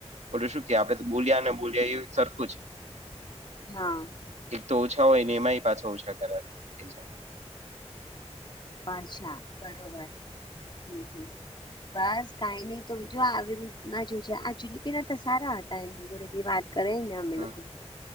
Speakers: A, on the right (about 75°); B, on the left (about 45°).
A: ઓલું શું કે આપડે તો બોલ્યા ને બોલ્યા એ સરખું જ.
B: હા.
A: એક તો ઓછા હોય ને એમાંય પાછા ઓછા કરાવે થઈ જાય.
B: અચ્છા. બરોબર, હમ્મ-હમ્મ. બસ કાઈ નઈ, તુ જો આવી <unintelligible> જુજે, આ જુલીપી ના તો સારા હત તા એમ જોડે બી વાત કરાઈને અમે
A: જાય
B: લોકોએ,